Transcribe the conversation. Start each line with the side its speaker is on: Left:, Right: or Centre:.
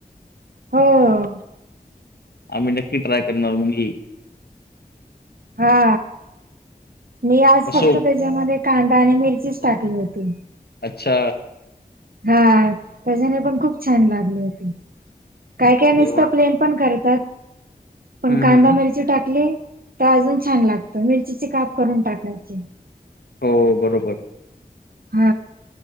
Right: हो हो हो.
Left: आम्ही नक्की ट्राय करणार मग ही.
Right: हा मी आज
Left: मग
Right: फक्त
Left: सोप
Right: त्याच्यामध्ये कांदा आणि मिरचीच टाकली होती.
Left: अच्छा.
Right: हा त्याच्याने पण खूप छान लागली होती. काय काय
Left: अरे
Right: नुसतं
Left: वा
Right: प्लेन पण करतात. पण
Left: हम्म
Right: कांदा
Left: हम्म
Right: मिरची टाकली तर अजून छान लागतं मिरचीचे काप करून टाकायचे.
Left: हो बरोबर.
Right: ह.